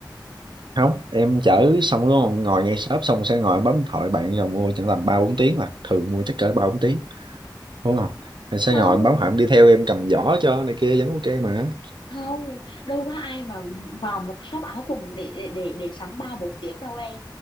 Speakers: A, on the right; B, on the left.
A: không em chở xong đúng không ngồi ngay shop xong sẽ ngồi bấm điện thoại bạn rồi mua chẳng tầm ba bốn tiếng mà thường mua chắc cỡ ba bốn tiếng đúng không em sẽ
B: không
A: ngồi em bấm hẳn đi theo em cầm giỏ cho này kia vẫn ok mà
B: không đâu có ai mà vào một shop áo quần để để để, để sắm ba bốn tiếng đâu em